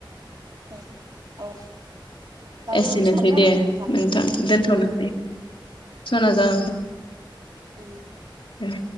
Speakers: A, on the right; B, on the left.
A: औ औ। दायो
B: एसेनोसै
A: समाबो जाना
B: दे
A: फैबाय
B: नोंथां दोनथ'नोसै
A: औ
B: सना ज
A: औ।
B: उम